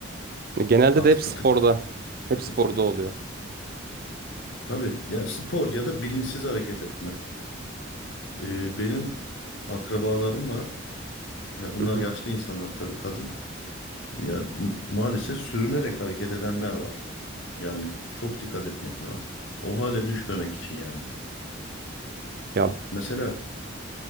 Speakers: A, on the right; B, on the left.
A: E, Genelde
B: Artık
A: de hep
B: fıtık
A: sporda,
B: Okudum.
A: hep sporda oluyor.
B: Tabii ya spor ya da bilinçsiz hareket etme. Ee, benim akrabalarım var. Ya bunlar
A: Hı hı.
B: yaşlı insanlar tabii kadın. Ya m- maalesef sürünerek hareket edenler var. Yani çok dikkat etmek lazım. O hale düşmemek için yani.
A: Ya
B: Mesela